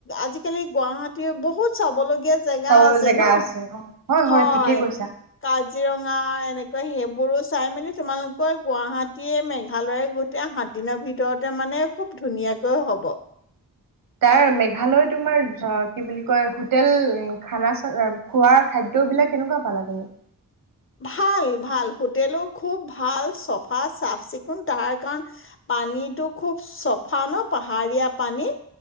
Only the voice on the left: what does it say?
আজিকালি গুৱাহাটীৰ বহুত চব লগীয়া জেগা
আছে
ন,
হয়,
কাজি কাজিৰঙা এনেকৈ সেইবোৰো চাই মেলি তোমালোকৰ গুৱাহাটী <unintelligible> মেঘালয় গোটে সাত দিনৰ ভিতৰতে মানে খুব ধুনীয়াকৈ হ'ব।
ভাল-ভাল, হোটেলো খুব ভাল চফা চাফ-চিকুণ তাৰ, কাৰণ পানীটো খুব চফা ন পাহাৰীয়া পানী।